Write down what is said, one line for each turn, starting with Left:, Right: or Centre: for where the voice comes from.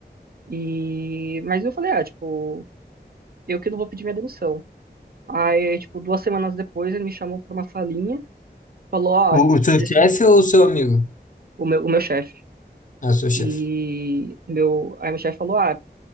Right: e, mas eu falei, ah, tipo, eu que não vou pedir minha demissão. Aí, tipo, duas semanas depois, ele me chamou pra uma salinha, falou, ó,
Left: O,
Right: eu
Left: o seu
Right: te deci-
Left: chefe ou o seu amigo?
Right: o meu, o meu chefe.
Left: Ah, o seu chefe.
Right: E meu, aí meu chefe falou, ah,